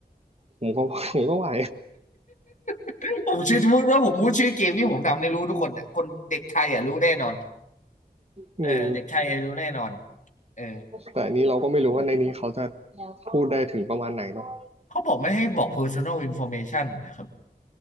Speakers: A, on the right (about 40°); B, on the left (about 50°).
A: ผมก็ผมก็ไหว
B: <laughs> ผมชื่อพูดว่าผมพูดชื่อเกมที่ผมทำในีรู้ทุกคนเนี่ยคนเด็กไทยอ่ะรู้แน่นอน
A: อืม
B: เออเด็กไทยอ่ะรู้แน่นอนเออ
A: แต่อันนี้เราก็ไม่รู้ว่าในนี้เขาจะพูดได้ถึงประมาณไหนเนาะ
B: เขาบอกไม่ให้บอก personal information นะครับ